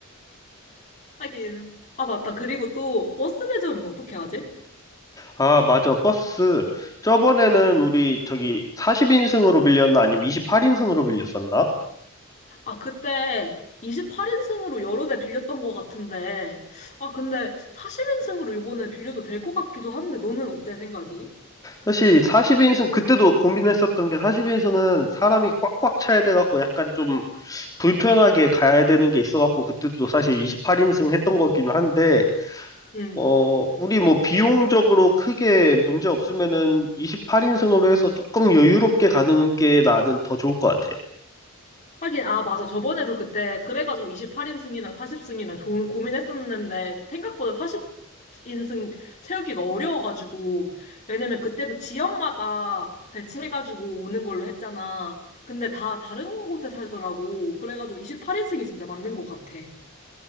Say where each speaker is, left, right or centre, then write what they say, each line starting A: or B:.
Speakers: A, on the left; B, on the left.
A: 하긴. 아, 맞다. 그리고 또 버스 대절은 어떻게 하지?
B: 아, 맞아. 버스. 저번에는 우리 저기 40인승으로 빌렸나 아니면 28인승으로 빌렸었나?
A: 아, 그때 28인승으로 여러 대 빌렸던 것 같은데. 아, 근데 40인승으로 이번에 빌려도 될 것 같기도 한데, 너는 어때 생각이?
B: 사실 40인승 그때도 고민했었던 게 40인승은 사람이 꽉꽉 차야 돼 갖고 약간 좀 불편하게 가야 되는 게 있어 갖고 그때도 사실 28인승 했던 거긴 한데
A: 응.
B: 어, 우리 뭐 비용적으로 크게 문제 없으면은 28인승으로 해서 조금 여유롭게 가는 게 나는 더 좋을 것 같아.
A: 하긴, 아, 맞아. 저번에도 그때, 그래가지고 28인승이랑 40승이랑 좀 고민했었는데, 생각보다 40인승 채우기가 어려워가지고, 왜냐면 그때도 지역마다 배치해가지고 오는 걸로 했잖아. 근데 다 다른 곳에 살더라고. 그래가지고 28인승이 진짜 맞는 것 같아.